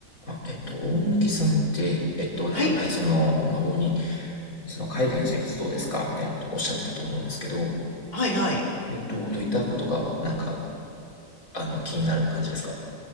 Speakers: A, on the left; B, on the left.
A: あ、えっと、大貫さんって、えっと、なんか前、
B: はい、
A: その、まあ、僕に、その、海外の生活どうですかみたいなことをおっしゃってたと思うんですけど、
B: はい、はい。
A: えっと、どういったことが、なんか、あの、気になる感じですか